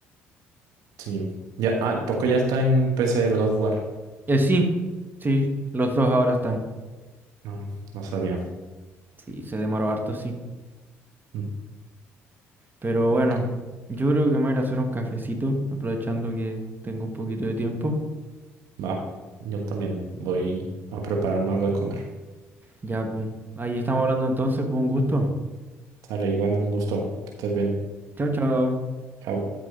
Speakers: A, on the right; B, on the right.
A: Sí. Ya, ah, poco ya está en PC el God of War?
B: Eh, sí, sí, los dos ahora están.
A: No, no sabía.
B: Sí, se demoró harto, sí.
A: Mm,
B: Pero
A: Ok,
B: bueno, yo creo que me voy a ir a hacer un cafecito, aprovechando que tengo un poquito de tiempo.
A: va. Yo también voy a prepararme algo de comer.
B: Ya, pum. Ahí estamos hablando entonces, pues un gusto.
A: Sale, igual, un gusto. Que estés bien.
B: Chao, chao.
A: Chao.